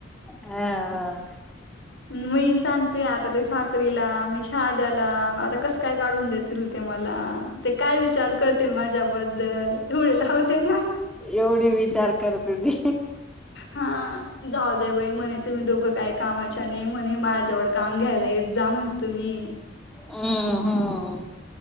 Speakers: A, in the centre; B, on the left.
A: ह
B: ् म सांगत ते आता ते साखरीला मी हाद्याला आता कसं काय काढून देतील ते मला? ते काय विचार करतील माझ्याबद्दल? एवढं लावते ना-
A: एवढी विचार करते ती
B: हा जाऊ दे बाई म्हणे, तुम्ही दोघं काय कामाच्या नाही म्हणे मा जेव काम घ्यायला येत जा म्हण तुम्ही
A: हम्म हम्म